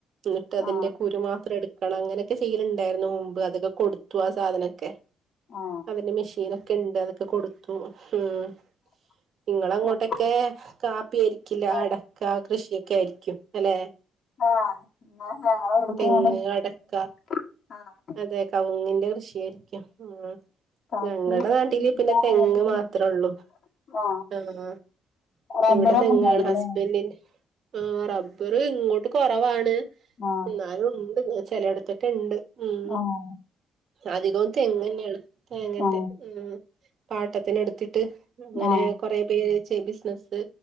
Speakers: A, on the right; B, on the left.
A: എന്നിട്ട് അതിന്റെ
B: ആ ആ
A: കുരു മാത്രം എടു ക്കണം അങ്ങനെയൊക്കെ ചെയ്യലുണ്ടായിരുന്നു മുമ്പ് അതൊക്കെ കൊടുത്തു ആ സാധനൊക്കെ
B: ആ
A: അതിന്റെ മെഷീനൊക്കെണ്ട് അതൊക്കെ കൊടുത്തു ഉം നിങ്ങള അങ്ങോട്ടൊക്കെ
B: അത്
A: കാപ്പി ആയിരിക്കില്ല
B: ആ
A: അടക്ക കൃഷിയൊക്കെ ആയിരിക്കും അല്ലേ
B: ആഹ് ന്നാ ഞങ്ങളെവിട്ക്കും
A: തെങ്ങ് അടക്ക
B: <unintelligible> ആഹ്
A: അതെ കവുങ്ങിന്റെ കൃഷിയായിരിക്കും ഉം
B: കാപ്പി
A: ഞങ്ങടെ നാട്ടില്
B: തേയില
A: പിന്നെ തെങ്ങ്
B: അങ്ങനത്തെ
A: മാത്രള്ളൂ
B: ആ
A: ആഹ്
B: റബ്ബറൊന്നും
A: ഇവിടെ തെങ്ങാണ്
B: ഉണ്ടാവില്ലല്ലേ
A: ഹസ്ബൻന്റിന്റെ ആ റബ്ബർ ഇങ്ങോട്ട് കുറവാണ്
B: ആ
A: എന്നാലും ഉണ്ട് ചിലയിടത്തൊക്കെ ഉണ്ട് ഉം
B: ആഹ്
A: അധികവും തെങ്ങന്നെയാണ് തേങ്ങേന്റെ
B: ആ
A: ഉആ പാട്ടത്തിനെടുത്തിട്ട് അങ്ങനെ
B: ആ
A: കൊറെ പേര് ചെംബിസിനസ്സ്